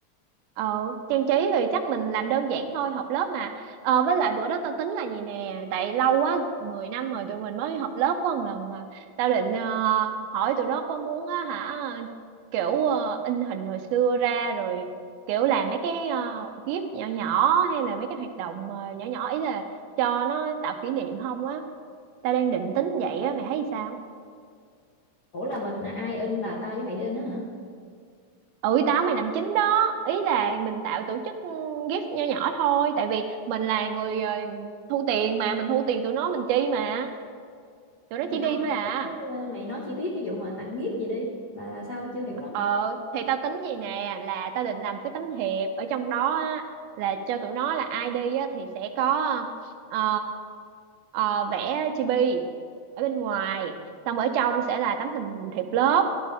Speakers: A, on the right; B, on the left.
A: Ờ, trang trí thì chắc mình làm đơn giản thôi, họp lớp mà. Ờ, với lại bữa đó tao tính là gì nè, tại lâu quá 10 năm rồi tụi mình mới họp lớp có một lần à. Tao định ờ, hỏi tụi nó có muốn á hả kiểu ờ, in hình hồi xưa ra rồi kiểu làm mấy cái uh, gif nhỏ nhỏ hay là mấy cái hoạt động ờ, nhỏ nhỏ ý là cho nó tạo kỷ niệm không á. Tao đang định tính vậy á, mày thấy sao?
B: Ủa là mình ai in là tao với mày đi in đó hả?
A: ừ tao mày làm chính đó ý là mình tạo tổ chức ừ, gift nho nhỏ thôi tại vì mình là người ờ, thu tiền mà mình thu tiền tụi nó mình chi mà tụi nó
B: Mày
A: chỉ
B: nói
A: đi thôi
B: chi
A: à
B: tiết cái mày nói chi tiết cái vụ mà tặng gift gì đi là, là sao tao chưa hiểu lắm.
A: Ờ thì tao tính gì nè là tao định làm cái tấm thiệp ở trong đó á, là cho tụi nó là ai đi á, thì sẽ có ờ, ờ, vẽ chibi ở bên ngoài xong ở trong sẽ là tấm hình thiệp lớp